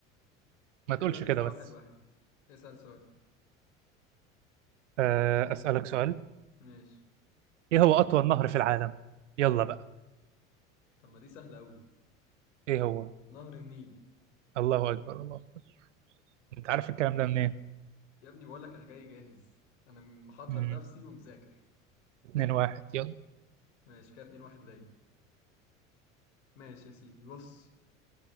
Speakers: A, on the right; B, on the left.
A: ما
B: كده
A: تقولش
B: لسه
A: كده بس
B: واحد واحد اسأل سؤال
A: آه، اسالك سؤال
B: ماشي
A: ايه هو اطول نهر في العالم يلا بقى
B: طب ما دي سهلة أوي
A: ايه هو
B: نهر النيل
A: الله اكبر الله اكبر انت عارف الكلام ده منين
B: يا ابني بقولك أنا جاي جاهز أنا محضر
A: مم.
B: نفسي ومذاكر
A: اتنين واحد يلا
B: ماشي كده اتنين واحد ليا ماشي يا سيدي بص